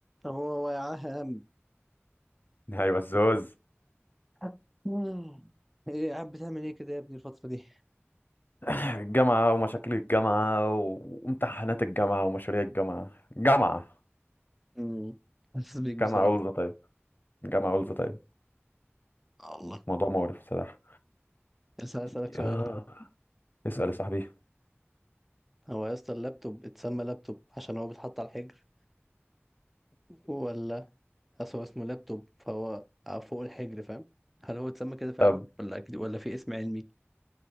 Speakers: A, in the centre; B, on the left.
A: هو هو يا عم
B: ايوه الزوز
A: <laughs> مم. ايه قاعد بتعمل ايه كده يا ابني الفترة دي؟
B: <laughs> الجامعة ومشاكل الجامعة وامتحانات الجامعة ومشاريع الجامعة جامعة
A: امم حاسس بيك بصراحة
B: جامعة أولز طيب جامعة أولز طيب
A: الله
B: موضوع مقرف بصراحة
A: بس عايز اسألك
B: ياه.
A: سؤال
B: اسأل يا صاحبي
A: هو يا اسطى اللابتوب اتسمى لابتوب عشان هو بيتحط على الحجر ولا اصل هو اسمه لابتوب فهو فوق الحجر فاهم؟ هل هو اتسمى كده فعلا
B: طب
A: ولا أكيد ولا في اسم علمي؟